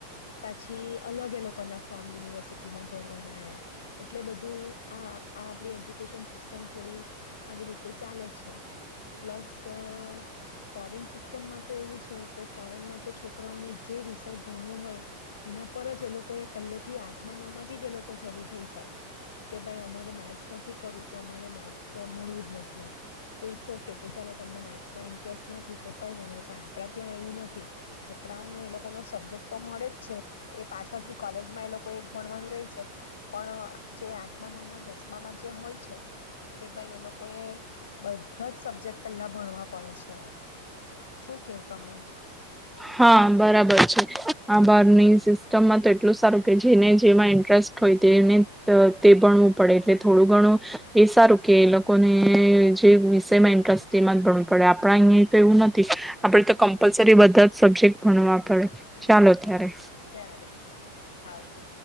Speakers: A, on the left; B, in the centre.
A: પાછી અલગ એ લોકોના ફોર્મ યુનિવર્સિટીના ભરવાના એમ એટલે બધું આ આ આપડી એજ્યુકેશન સિસ્ટમ થોડી આવી રી તે ચાલે છે, પ્લસ અ ફોરેન સિસ્ટમમાં તો એવું છે કે ફોરેનમાં તો છોકરાઓને જે વિષય ભણવો હોય એના પર જ એ લો લોકોએ પેલ્લેથી આઠમા નવમાંથી જ એ લોકો શરૂ થઈ જાય કે ભાઈ અમારે મેથ્સ નથી કરવું, તો અમારે મેથ્સ મળવું ન થી એમ, તો ઈટ્સ ઓ કે કે ચાલો તમને મેથ્સમાં ઇન્ટરેસ્ટ નથી, તો કંઈ વાંધ ની પણ આપડા ત્યાં એવું નથી, છોકરાઓનો એ લોકોનો સબ્જેક્ટ તો મળે જ છે એ પાછળથી કોલેજમાં એ લોકો એક ભણવાનું રેય છે, પણ જે આઠમા નવમાં દસમામાં જે હોય છે કે ભાઈ એ લોકો એ બધા જ સબ્જેક્ટ પેલ્લા ભણવા પડે છે, શું કેવું તમે?
B: હા બરાબર છે આ બહારની સિસ્ટમમાં તો એટલું સારું કે જેને જેમાં ઇન્ટરેસ્ટ હોય તેને ત તે ભણવું પડે એટલે થોડું ઘણું એ સારું કે એ લોકોને જે વિષયમાં ઇન્ટરેસ્ટ તેમાં જ ભણવું પડે, આપણા અઈયે તો એવું નથી, આપણેે તો કમ્પલસરી બધા જ સબ્જેક્ટ ભણવા પડે, ચાલો ત્યારે
A: ત્યારે આવજો.